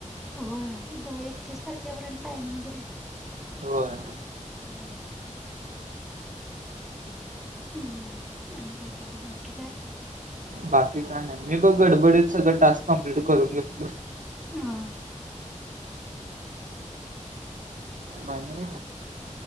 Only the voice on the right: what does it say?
होय.
बाकी काय नाही मी बघ गडबडीत सगळं टास्क कमप्लीट करून घेतलोय.
पाणि